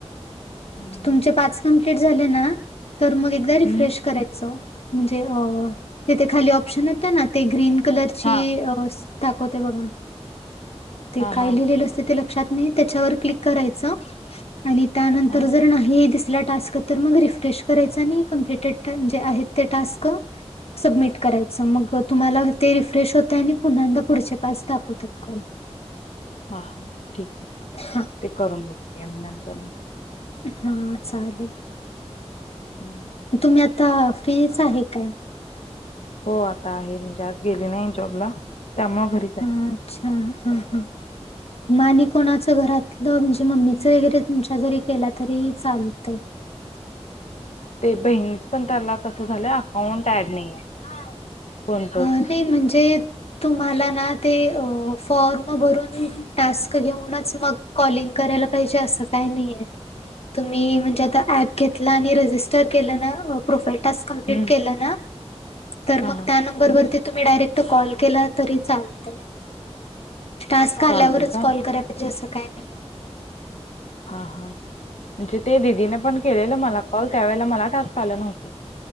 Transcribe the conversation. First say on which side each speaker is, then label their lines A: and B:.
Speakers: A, on the left (about 85°); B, on the left (about 65°).
A: हं.
B: तुमचे पाच कमप्लीट झाले ना तर मग एकदा रिफ्रेश
A: हं.
B: करायचं. म्हणजे अ तिथे खाली ऑप्शन येत ना ते ग्रीन कलरची
A: हां.
B: दाखवते बघा ते
A: हां,
B: काय
A: हां.
B: लिहिलेलं असते त्यािला <unintelligible> त्याच्या वर क्लिक करायचं आणि त्यानंतर
A: हां,
B: जर नाही दिसला टास्क तर तर मग रिफ्रेश करायचा आणि कमप्लीटेड जे आहेत ते टास्क सबमिट करायचं मग तुम्हाला ते रिफ्रेश होते आणि पुन्हांददा पुढचे टास्क दाखवत हो कॉल
A: हा हा ठीक आहे
B: हा
A: ते करून बघतो यानंतर
B: हा हा चाललं
A: हम्
B: तुम्ही आता फ्रीच आहे का?
A: हो आता आहे म्हणजे आज गेले नाही जॉबला त्यामुळे घरीच आहे.
B: अच्छा हा हा मा आणि कोणाचं घरातलं म्हणजे मम्मीचं वगैरे तुमच्या जरी केला तरीही चालतय
A: ते बहीणच पण त्याला कस झालं अकाउंट ऍड नाही आहे कोणतंच.
B: अ ते म्हणजे तुम्हाला ना ते फॉर्म भरून टास्क घेऊनच मग कॉलिंग करायला पाहिजे असं काय नाहीय तुम्ही म्हणजे आता ऍप घेतला आणि रजिस्टर केलं ना प्रोफाइल टास्क कंप्लीट
A: हं.
B: केलं ना तर
A: हां,
B: मग
A: हां.
B: त्या नंबर वरती तुम्ही डायरेक्ट कॉल केला तरी चालतंय टास्क आल्यावरच
A: चालतंय का?
B: कॉल करायला पाहिजे असं काय नाही
A: हा हा म्हणजे ते दिदीने पण केलेलं मला कॉल त्या वेळेला मला टास्क आलं नव्हत.